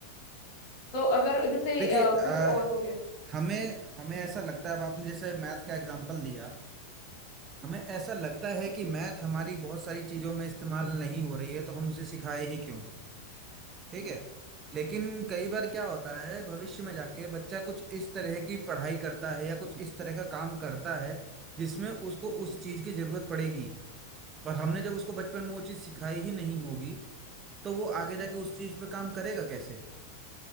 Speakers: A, on the left; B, on the right.
A: तो अगर जैसे
B: देखिए
A: अ,
B: अ,
A: कुछ और हो गया
B: हमें हमें ऐसा लगता है अब आपने जैसे मैथ का एग्जांपल दिया हमें ऐसा लगता है कि मैथ हमारी बहुत सारी चीजों में इस्तेमाल नहीं हो रही है तो हम उसे सिखाए ही क्यों ठीक है लेकिन कई बार क्या होता है भविष्य में जाके बच्चा कुछ इस तरह की पढ़ाई करता है या कुछ इस तरह का काम करता है जिसमें उसको उस चीज की जरूरत पड़ेगी पर हमने जब उसको बचपन में वो चीज सिखाई ही नहीं होगी तो वो आगे जाके उस चीज पे काम करेगा कैसे